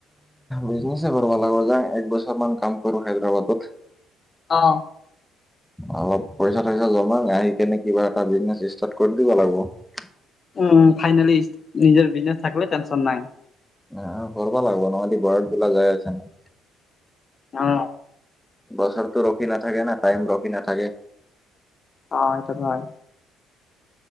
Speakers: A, in the centre; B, on the left.
A: বিজনেছে কৰিব লাগিব যাওঁ একবছৰ মান কাম কৰো হায়দৰাবাদত
B: অ।
A: অলপ পইচা থইচা জমা, আহি কেনে কিবা এটা বিজনেচ ষ্টাৰ্ট কৰি দিবা লাগব।
B: উম ফাইনেলি নিজৰ বিজনেছ থাকিল টেনচন নাই ।
A: অ কৰবা লাগব, নহলে বয়সগিলা যাই আছে না।
B: অ।
A: বছৰটো ৰখি নাথাকে না টাইম ৰখি নাথাকে
B: অ এইটোটো হয়।